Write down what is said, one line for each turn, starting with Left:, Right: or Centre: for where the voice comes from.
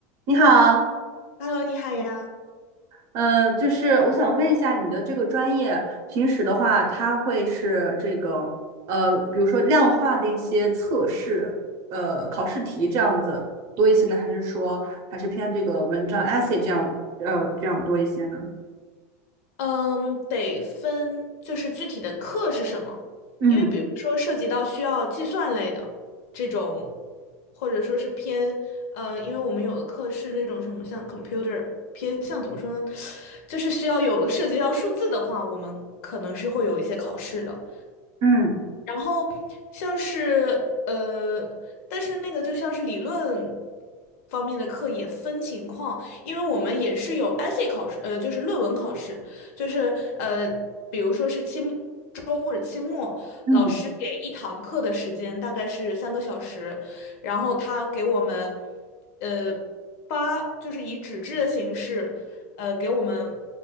Right: 你好，
Left: Hello，你好呀。
Right: 嗯、就是我想问一下你的这个专业，平时的话，它会是这个呃，比如说量化的一些测试，呃，考试题这样子多一些呢，还是说还是偏这个文章 essay 这样，呃，这样多一些呢？
Left: 嗯，得分就是具体的课是什么，
Right: 嗯
Left: 因为比如说涉及到需要计算类的这种，或者说是偏呃，因为我们有的课是那种什么像 computer 偏向怎么说呢，<sniffs> 就是需要有涉及到数字的话，我们可能是会有一些考试的。
Right: 嗯
Left: 然后像是呃，但是那个就像是理论方面的课也分情况，因为我们也是有 essay 考试，呃，就是论文考试，就是呃，比如说是期末中或者期末，
Right: 嗯，
Left: 老师给一堂课的时间大概是三个小时，然后他给我们，呃，发就是以纸质的形式，呃，给我们